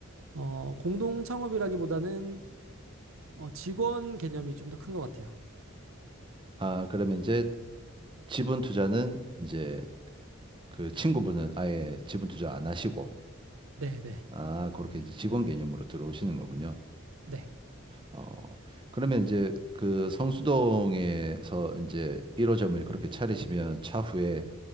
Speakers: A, on the right (about 80°); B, on the right (about 25°).
A: 어, 공동 창업이라기보다는 어, 직원 개념이 좀 더 큰 것 같아요.
B: 아, 그러면 이제 지분 투자는 이제 그 친구분은 아예 지분 투자 안 하시고
A: 네, 네,
B: 아, 그렇게 이제 직원 개념으로 들어오시는 거군요.
A: 네.
B: 어. 그러면 이제 그 성수동에서 이제 1호점을 그렇게 차리시면 차후에